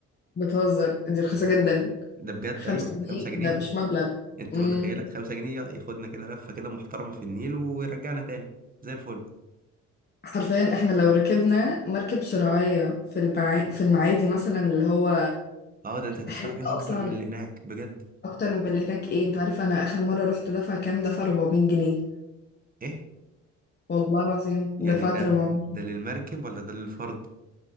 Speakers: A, on the left; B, on the right.
A: بتهزر دي رخيصه
B: <laughs>
A: جدا
B: ده بجد
A: خمسة
B: ايوه
A: جنيه
B: خمسة جنيه
A: ده مش مبلغ
B: انت
A: امم
B: متخيله خمسة جنيه ياخدنا كده لفه كده محترمه في النيل ويرجعنا تاني زي الفل
A: حرفيا احنا لو ركبنا مركب شراعية في المعا... في المعادي مثلا اللي هو
B: اه ده انت هتدفع
A: حتة
B: فيها اكتر
A: أصلا
B: من اللي هناك بجد
A: أكتر من اللي هناك ايه انت عارف أنا آخر مرة رحت دفع كام دفع 400 جنيه
B: ايه
A: والله العظيم
B: يعني
A: دفعت
B: ده
A: 400
B: ده للمركب ولا ده للفرد